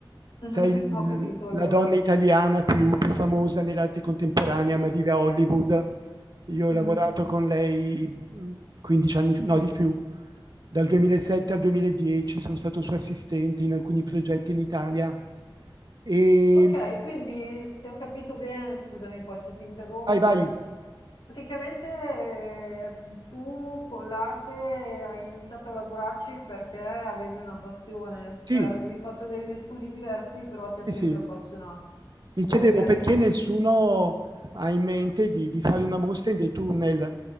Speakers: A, on the left; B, on the right.
A: Mhm,
B: sai, il-
A: Ho capito allora.
B: la donna italiana più, più famosa nell'arte contemporanea, ma vive a Hollywood. Io ho
A: Mhm.
B: lavorato con lei 15 anni, no di più, dal 2007 al 2010 sono stato suo assistente in alcuni progetti in Italia. E
A: Ok, quindi se ho capito bene, scusami poi se ti interrompo,
B: vai, vai,
A: Praticamente eh, tu con l'arte hai iniziato a lavorarci perché avevi una passione, cioè
B: sì,
A: avevi fatto degli studi diversi, però ti ha
B: sì,
A: sempre
B: sì.
A: appassionato.
B: mi
A: Ok,
B: chiedevo perché
A: ok.
B: nessuno ha in mente di, di fare una mostra in dei tunnel